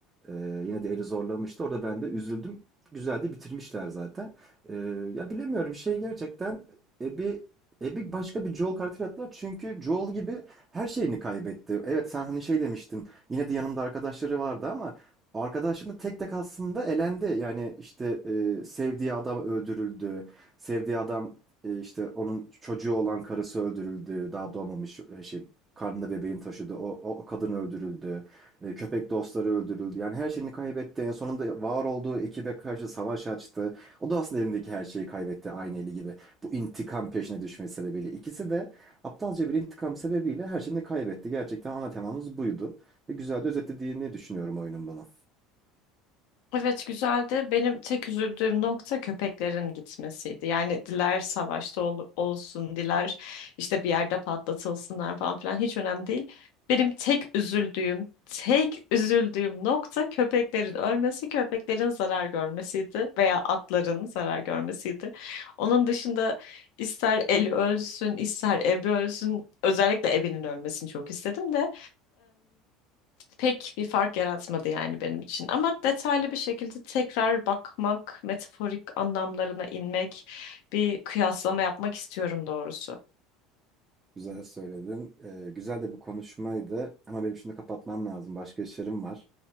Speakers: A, on the right (about 15°); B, on the left (about 70°).
A: Eee, yine de eli zorlamıştı. Orada ben de üzüldüm. Güzel de bitirmişler zaten. Eee, ya bilemiyorum şey gerçekten Ebi Ebi başka bir Joel karakteri attılar. Çünkü Joel gibi her şeyini kaybetti. Evet sen hani şey demiştin. Yine de yanında arkadaşları vardı ama arkadaşlarını tek tek aslında elendi. Yani işte eee, sevdiği adam öldürüldü. Sevdiği adam eee, işte onun çocuğu olan karısı öldürüldü. Daha doğmamış e, şey karnında bebeğin taşıdı. o, o kadın öldürüldü. E, Köpek dostları öldürüldü. Yani her şeyini kaybetti. En sonunda var olduğu ekibe karşı savaş açtı. O da aslında elindeki her şeyi kaybetti aynı eli gibi. Bu intikam peşine düşmesi sebebiyle. İkisi de aptalca bir intikam sebebiyle her şeyini kaybetti. Gerçekten ana temamız buydu. Ve güzel de özetlediğini düşünüyorum oyunun bana.
B: Evet güzeldi. Benim tek üzüldüğüm nokta köpeklerin gitmesiydi. Yani diler savaşta ol- olsun, diler işte bir yerde patlatılsınlar falan filan hiç önemli değil. Benim tek üzüldüğüm, tek üzüldüğüm nokta köpeklerin ölmesi, köpeklerin zarar görmesiydi veya atların zarar görmesiydi. Onun dışında ister Eli ölsün, ister Ebi ölsün. Özellikle Ebi'nin ölmesini çok istedim de pek bir fark yaratmadı yani benim için. Ama detaylı bir şekilde tekrar bakmak, metaforik anlamlarına inmek, bir kıyaslama yapmak istiyorum doğrusu.
A: Güzel söyledin. Ee, güzel de bir konuşmaydı. Ama benim şimdi kapatmam lazım. Başka işlerim var.